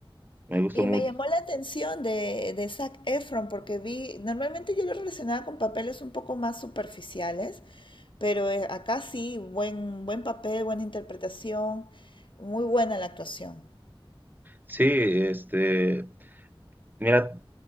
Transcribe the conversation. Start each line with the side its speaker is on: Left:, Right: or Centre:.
Right: me gustó
Left: Y
Right: mucho.
Left: me llamó la atención de, de Zac Efron porque vi, normalmente yo lo relacionaba con papeles un poco más superficiales, pero eh, acá sí, buen, buen papel, buena interpretación, muy buena la actuación.
Right: Sí, este, mira,